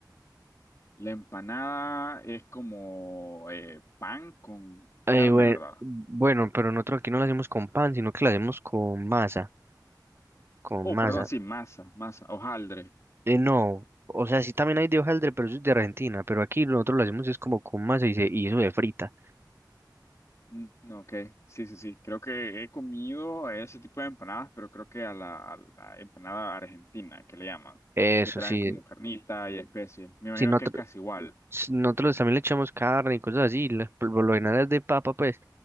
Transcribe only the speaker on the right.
Eh,
bue-
bueno, pero nosotros aquí no la hacemos con pan, sino que la hacemos con masa, con
masa.
Eh, no, o sea, sí también hay de hojaldre, pero eso es de Argentina, pero aquí nosotros lo hacemos es como con masa y, se, y eso de frita.
Eso
sí,
si nosotros,
si nosotros también le echamos carne y cosas así, la- por lo general es de papa, pues,